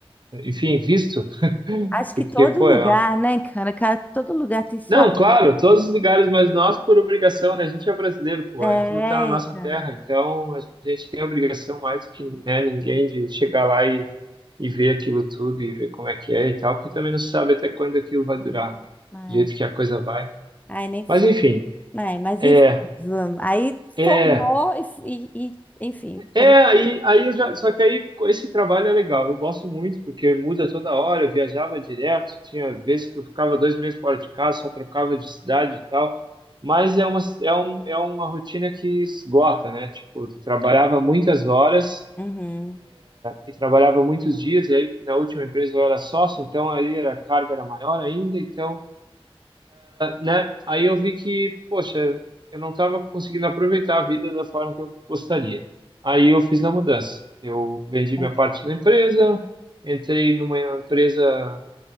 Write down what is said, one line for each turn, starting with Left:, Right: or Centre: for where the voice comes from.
Right: enfim, visto. <laughs>
Left: Acho
Right: Porque,
Left: que todo
Right: pô,
Left: lugar,
Right: é um
Left: né, cara? Cara, todo lugar tem sua.
Right: Não, claro, todos os lugares, mas nós por obrigação, né? A gente é brasileiro, pô,
Left: É,
Right: aquilo tá na nossa
Left: cara.
Right: terra, então a gente tem a obrigação mais do que, né, ninguém de chegar lá e, e ver aquilo tudo e ver como é que é e tal, porque também não se sabe até quando aquilo vai durar, né?
Left: Ai,
Right: Do jeito que a coisa vai.
Left: ai, nem fala.
Right: Mas enfim,
Left: Ai, mas
Right: é,
Left: enfim, vamos. Aí
Right: é,
Left: formou e, f- e- e, enfim.
Right: É,
Left: Come...
Right: aí, aí eu já, só que aí esse trabalho é legal, eu gosto muito, porque muda toda hora, eu viajava direto, tinha vezes que eu ficava dois meses fora de casa, só trocava de cidade e tal, mas é uma, é um, é uma rotina que esgota, né? Tipo, tu trabalhava muitas horas
Left: Uhum.
Right: e trabalhava muitos dias, e aí na última empresa eu era sócio, então aí era, a carga era maior ainda, então né? Aí eu vi que, poxa, eu não estava conseguindo aproveitar a vida da forma que eu gostaria. Aí eu fiz a mudança. Eu vendi
Left: Aí,
Right: minha parte da empresa, entrei numa empresa